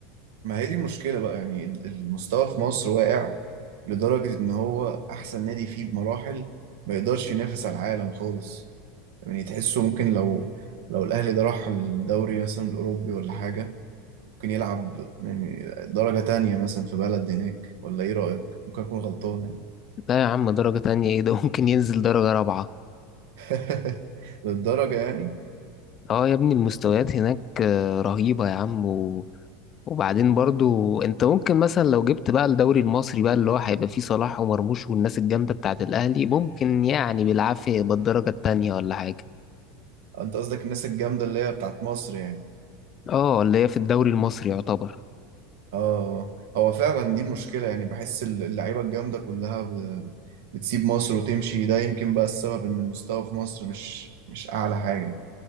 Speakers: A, on the right (about 75°); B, on the left (about 30°).
A: ما هي دي المشكله بقى يعني ال- المستوى في مصر واقع لدرجه ان هو احسن نادي فيه بمراحل ما يقدرش ينافس على العالم خالص يعني تحسه ممكن لو لو الاهلي ده راح الدوري مثلا الاوروبي ولا حاجه ممكن يلعب يعني درجه تانية مثلا في بلد هناك ولا ايه رايك ممكن اكون غلطان
B: لا يا عم درجه تانية ايه ده <laughs> ممكن ينزل درجه رابعه
A: <laughs> للدرجة يعني
B: اه يا ابني المستويات هناك آه، رهيبة يا عم و... وبعدين برضو انت ممكن مثلا لو جبت بقى الدوري المصري بقى اللي هو هيبقى فيه صلاح ومرموش والناس الجامدة بتاعت الأهلي ممكن يعني بالعافية يبقى الدرجة التانية ولا حاجة
A: انت قصدك الناس الجامدة اللي هي بتاعت مصر يعني
B: اه اللي هي في الدوري المصري يعتبر
A: اه هو فعلا دي المشكلة يعني بحس اللعيبة الجامدة كلها ب- بتسيب مصر وتمشي ده يمكن بقى السبب ان المستوى في مصر مش مش اعلى حاجة